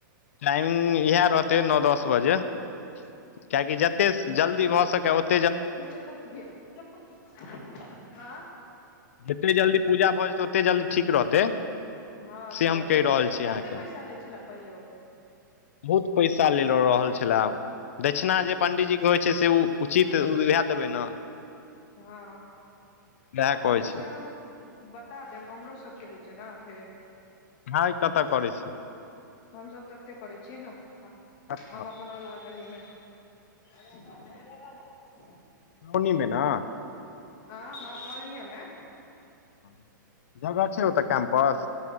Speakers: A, on the left; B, on the left.
A: टाइमिंग इहै रहतै नओ दस बजे <inaudible> कियाकि जते जल्दी भऽ सकै ओ
B: <unintelligible>
A: जते जल्दी पूजा भऽ जेतै ओते जल्दी ठीक रहतै
B: हँ
A: से
B: तऽ
A: हम कहि
B: केत्ते
A: रहल छी अहाँके
B: केत्ते पैसा लै छैला पहिले ओ
A: बहुत पैसा लेले रहल छलै दक्षिणा जे पण्डीजी केँ होइ छै से ओ उचित उहे देबै न
B: हँ
A: उएह कहै
B: हँ तऽ
A: छी
B: से हम <inaudible> बता देब हमरो सब केँ होइ छै न फेर
A: अहाँ ई कत करै छै
B: हम सभ तऽ तै करै छियै न <inaudible>
A: कतऽ
B: हम अपन वाला गली में <unintelligible>
A: <unintelligible>
B: हँ हँ कॉलनिये में
A: <inaudible> जगह छै ओ तऽ कैम्पस